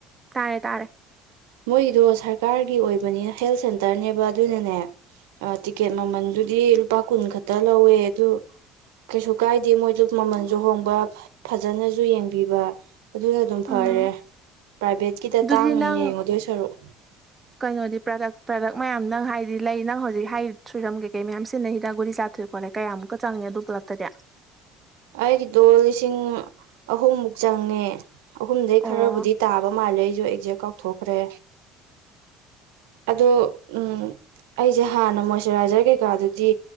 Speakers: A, on the right; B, on the right.
A: ꯇꯥꯔꯦ ꯇꯥꯔꯦ
B: ꯃꯣꯏꯒꯤꯗꯣ ꯁꯔꯀꯥꯔꯒꯤ ꯑꯣꯏꯕꯅꯤ ꯍꯦꯜꯠ ꯁꯦꯟꯇꯔꯅꯦꯕ ꯑꯗꯨꯅꯅꯦ ꯑ ꯇꯤꯛꯀꯦꯠ ꯃꯃꯜꯗꯨꯗꯤ ꯂꯨꯄꯥ ꯀꯨꯟ ꯈꯇ ꯂꯧꯋꯦ ꯑꯗꯨ ꯀꯩꯁꯨ ꯀꯥꯏꯗꯦ ꯃꯣꯏꯗꯨ ꯃꯃꯟꯁꯨ ꯍꯣꯡꯕ ꯐꯖꯅꯁꯨ ꯌꯦꯡꯕꯤꯕ ꯑꯗꯨꯅ ꯑꯗꯨꯝ
A: ꯎꯝ
B: ꯐꯔꯦ ꯄ꯭ꯔꯥꯏꯚꯦꯠꯀꯤꯗ
A: ꯑꯗꯨꯗꯤ
B: ꯇꯥꯡꯅ
A: ꯅꯪ
B: ꯌꯦꯡꯉꯨꯗꯣꯏ ꯁꯔꯨꯛ
A: ꯀꯩꯅꯣꯗꯤ ꯄ꯭ꯔꯗꯛ ꯄ꯭ꯔꯗꯛ ꯃꯌꯥꯝ ꯅꯪ ꯍꯥꯏꯗꯤ ꯂꯩ ꯅꯪ ꯍꯧꯖꯤꯛ ꯍꯥꯏ ꯊ꯭ꯔꯤꯔꯝ ꯀꯩꯀꯩ ꯃꯌꯥꯝ ꯁꯤꯖꯤꯟꯅꯩ ꯍꯤꯗꯥꯛ ꯒꯨꯔꯤ ꯆꯥꯊꯣꯛ ꯄꯔꯩ ꯀꯌꯥꯃꯨꯛꯀ ꯆꯪꯉꯦ ꯑꯗꯨ ꯄꯨꯂꯞꯇꯗꯤ
B: ꯑꯩꯒꯤꯗꯣ ꯂꯤꯁꯤꯡ ꯑꯍꯨꯝꯃꯨꯛ ꯆꯪꯉꯦ ꯑꯍꯨꯝꯗꯩ
A: ꯑꯣ
B: ꯈꯔꯕꯨꯗꯤ ꯇꯥꯕ ꯃꯥꯜꯂꯦ ꯑꯩꯖꯨ ꯑꯦꯛꯖꯦꯛ ꯀꯥꯎꯊꯣꯛꯈ꯭ꯔꯦ ꯑꯗꯣ ꯎꯝ ꯑꯩꯖꯦ ꯍꯥꯟꯅ ꯃꯣꯏꯆꯔꯥꯏꯖꯔ ꯀꯩꯀꯥꯗꯨꯗꯤ